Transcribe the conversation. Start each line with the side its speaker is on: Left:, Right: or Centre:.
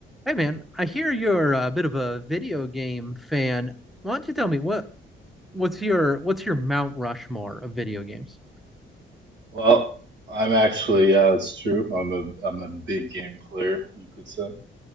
Centre: Hey man, I hear you're a bit of a video game fan. Why don't you tell me what what's your what's your Mount Rushmore of video games?
Right: Well, I'm actually, yeah, it's true. I'm a I'm a big game player, you could say.